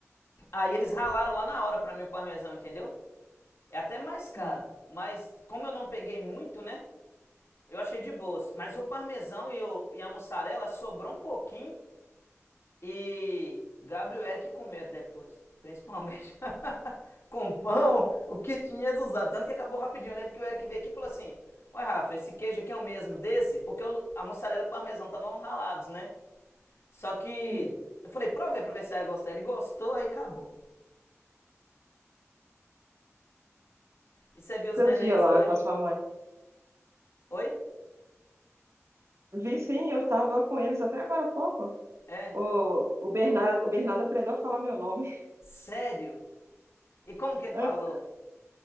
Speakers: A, on the left; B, on the right.
A: Aí eles ralaram lá na hora pra mim o parmesão, entendeu? É até mais caro,
B: Hum.
A: mas como eu não peguei muito, né? Eu achei de boas. Mas o parmesão e, o, e a mussarela sobrou um pouquinho. E Gabriel Eric com medo depois, principalmente. <laughs> com pão, o que tinha usado. Tanto que acabou rapidinho. Eu lembro que o Eric veio aqui e falou assim: Ué, Rafa, esse queijo aqui é o mesmo desse? Porque o- a mussarela e o parmesão estavam ralados, né? Só que
B: E
A: eu falei: Prova aí pra ver se vai gostar. Ele gostou, aí acabou. E você viu os
B: Seu
A: nenéns
B: dia lá
A: hoje?
B: com a sua mãe.
A: Oi?
B: Vi sim, eu estava com eles até agora há pouco.
A: É.
B: O, o Bernardo, o Bernardo aprendeu a falar meu nome.
A: Sério? E como que ele
B: <laughs>
A: falou?